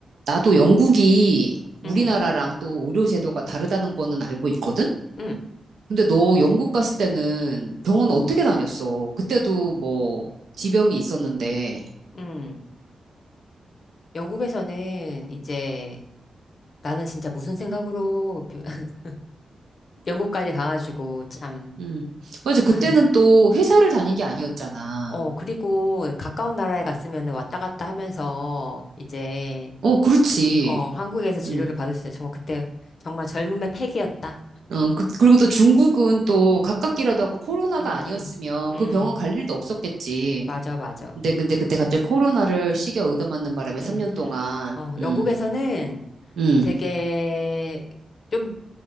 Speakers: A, on the right; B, on the left.
A: 나도 영국이 우리나라랑
B: 응
A: 또 의료 제도가 다르다는 거는 알고 있거든?
B: 응
A: 근데 너 영국 갔을 때는 병원 어떻게 다녔어? 그때도 뭐 지병이 있었는데.
B: 응 영국에서는 이제 나는 진짜 무슨 생각으로 <laughs> 영국까지 가가지고 참,
A: 음. 맞아. 그때는
B: 아,
A: 또 회사를 다닌 게 아니었잖아.
B: 어, 그리고 가까운 나라에 갔으면 왔다 갔다 하면서 이제,
A: 어, 그렇지.
B: 어, 한국에서 진료를
A: 음.
B: 받을 수 있어요. 정말 그때 정말 젊음의 패기였다.
A: 어, 그, 리고또 중국은 또 가깝기라도 하고 코로나가
B: 음,
A: 아니었으면
B: 음,
A: 그 병원 갈 일도 없었겠지.
B: 맞아, 맞아.
A: 근데 근데 그때 갑자기 코로나를 시계 얻어맞는 바람에
B: 음,
A: 3년 동안
B: 어,
A: 음.
B: 영국에서는
A: 음.
B: 되게 좀